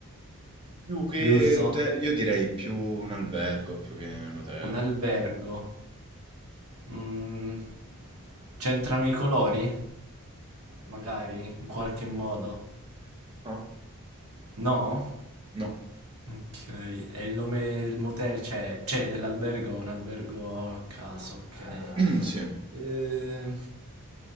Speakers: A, on the right; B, on the right.
A: Più che
B: Giusto?
A: hote io direi più un albergo più che un hotel.
B: Un albergo. Mm, c'entrano i colori? Magari, in qualche modo.
A: No,
B: No?
A: no,
B: Ok, e il nome del motel c'è? C'è dell'albergo, un albergo a caso, ok.
A: <clears throat> sì.
B: Eh,